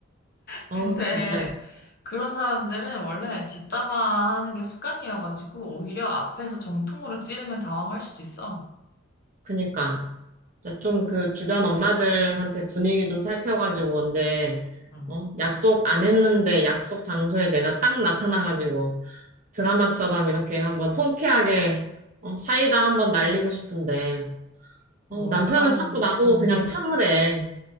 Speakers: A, on the left; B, on the right.
A: 근데
B: 어 진짜
A: 그런 사람들은 원래 뒷담화 하는 게 습관이어가지고 오히려 앞에서 정통으로 찌르면 당황할 수도 있어.
B: 그니까 좀 그 주변 엄마들한테 분위기 좀 살펴가지고 언제
A: 응.
B: 어 약속 안 했는데 약속 장소에 내가 딱 나타나가지고 드라마처럼 이렇게 한번 통쾌하게 어 사이다 한번 날리고 싶은데
A: 뭐,
B: 어 남편은
A: 그, 한-
B: 자꾸 나보고
A: 음.
B: 그냥 참으래.